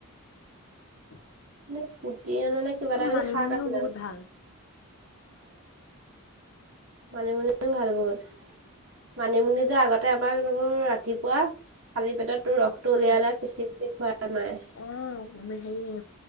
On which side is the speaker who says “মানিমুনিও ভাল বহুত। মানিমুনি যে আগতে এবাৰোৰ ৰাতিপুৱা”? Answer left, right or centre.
Right